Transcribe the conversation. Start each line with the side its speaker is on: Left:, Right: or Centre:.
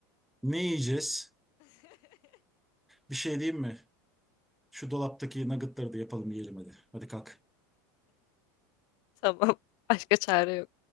Centre: ne yiyeceğiz? Bir şey diyeyim mi? Şu dolaptaki nuggetları da yapalım yiyelim hadi. Hadi kalk.
Left: Tamam, başka çare yok.